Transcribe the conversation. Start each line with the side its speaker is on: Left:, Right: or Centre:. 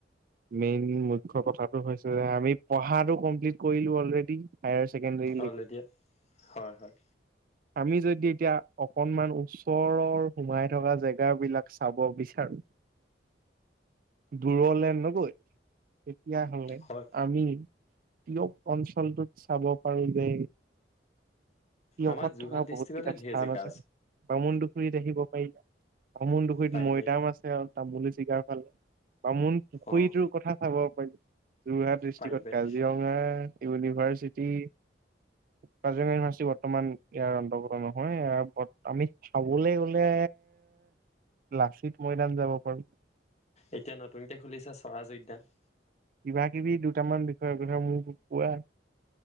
Right: মেইন মুখ্য কথাটো হৈছে যে আমি পঢ়াটো কমপ্লিট কৰিলো অলৰেডি। হায়াৰ চেকেণ্ডাৰীলেকে
Left: অলৰেডি হয় হয়
Right: আমি যদি এতিয়া অকনমান ওচৰৰ সোমাই থকা জেগাবিলাক চাব বিচাৰো দূৰলে নগৈ তেতিয়া হ'লে।
Left: হয়
Right: আমি টিয়ক অঞ্চলটোত চাব পাৰি যে টিয়কত
Left: আমাৰ যোৰহাট
Right: থকা
Left: ডিষ্ট্ৰিকতে
Right: বহুত কিটা স্থান
Left: ধেৰ জেগা
Right: আছে। বামুণডুখুৰীত আহিব পাৰিলা, বামুণডুখুৰীত
Left: পাৰি
Right: মৈদাম
Left: পাৰি
Right: আছ ছে আৰু তামুলী চিগাৰফালে, বামুণপুখুৰীটোৰ
Left: অ',
Right: কথা চাব পাৰি। যোৰহাট ডিষ্ট্ৰিকত
Left: পাৰি পাৰি
Right: কাজিৰঙা ইউনিভাৰ্চিটি কাজিৰঙা ইউনিভাৰ্চিটি বৰ্তমান ইয়াৰ অন্তৰ্গত নহয় ইয়াৰ বত আমি চাবলৈ গ'লে লাচিত মৈদাম যাব পাৰো।
Left: এতিয়া নতুনকে খুলিছে স্বৰাজ উদ্যান।
Right: কিবা কিবি দুটামান বিষয়ে কথা মোক কোৱা?